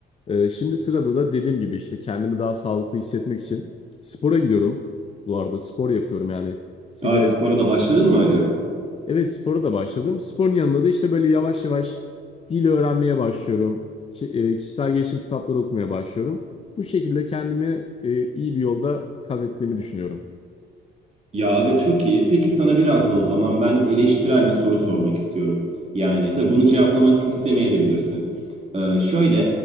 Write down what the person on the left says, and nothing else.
Ee, şimdi sırada da dediğim gibi işte kendimi daha sağlıklı hissetmek için spora gidiyorum. Bu arada spor yapıyorum yani sigarayı
Evet spora da başladım. Sporun yanında da işte böyle yavaş yavaş dil öğrenmeye başlıyorum. Ki- e, Kişisel gelişim kitapları okumaya başlıyorum. Bu şekilde kendimi e, iyi bir yolda kat ettiğimi düşünüyorum.